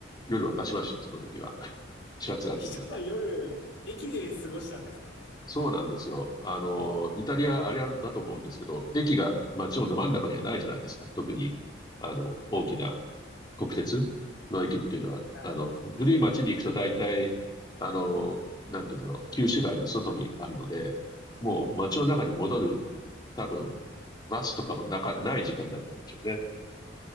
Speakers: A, on the left; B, on the left.
A: 夜沸かしました、その時は。<laughs> 始発が来るまで。
B: え、一晩夜、駅で過ごしたんですか
A: そうなんですよ。あの、イタリアあれあるだと思うんですけど、駅が街のど真ん中にはないじゃないですか。特に、あの、大きな国鉄の駅っていうのは、
B: はい。
A: あの、ふ古い街に行くと大体、
B: 確かに。
A: あの、なんていうんだろう、旧市街の外にあるので、もう街の中に戻る、多分、バスとかもなか、ない時間だったんでしょうね。